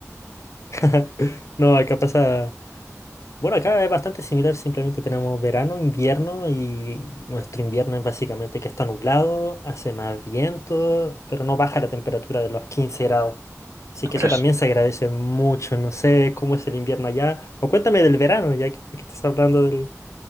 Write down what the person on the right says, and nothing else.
<laughs>
pero
es